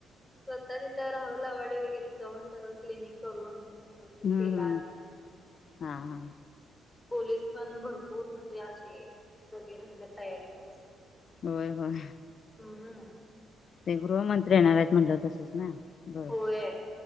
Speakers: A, in the centre; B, on the left.
A: स्वतः तिथे राहुल आवाडे वगैरे जाऊन सगळं क्लिनिंग करून व्यवस्थित
B: हम्म
A: केला
B: हम्म हा हा
A: पोलीस पण भरपूर म्हणजे असे सगळे राहायला तयारीतच
B: होय होय
A: हम्म
B: ते गृहमंत्री येणार आहेत म्हटलं तसंच ना बरोबर
A: होय